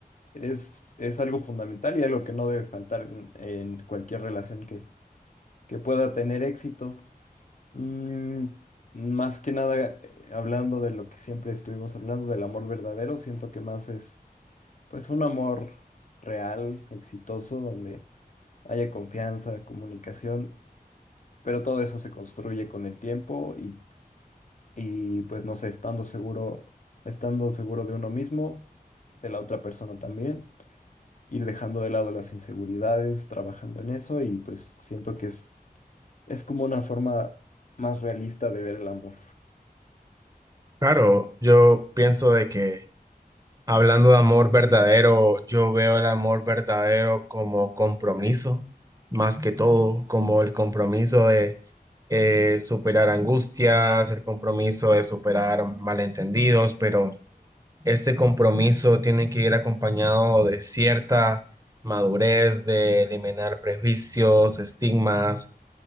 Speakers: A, on the left; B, on the right.
A: es, es algo fundamental y algo que no debe faltar en, en cualquier relación que, que pueda tener éxito. Mm, más que nada, eh, hablando de lo que siempre estuvimos hablando, del amor verdadero, siento que más es pues un amor real, exitoso, donde haya confianza, comunicación pero todo eso se construye con el tiempo y, y pues no sé, estando seguro, estando seguro de uno mismo, de la otra persona también, ir dejando de lado las inseguridades, trabajando en eso y pues siento que es, es como una forma más realista de ver el amor.
B: Claro, yo pienso de que Hablando de amor verdadero, yo veo el amor verdadero como compromiso, más que todo, como el compromiso de eh, superar angustias, el compromiso de superar malentendidos, pero este compromiso tiene que ir acompañado de cierta madurez, de eliminar prejuicios, estigmas,